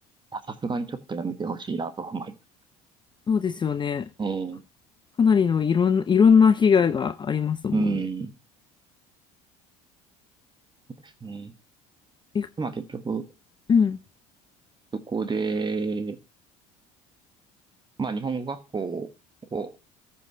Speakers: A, on the right; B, on the left.
A: いやさすがにちょっとやめてほしいなと思います
B: そうですよね。
A: ね。
B: かなりのいろん、いろんな被害がありますもんね。
A: うん。ですね。
B: え、
A: まあ結局、
B: うん。
A: そこで、まあ日本語学校を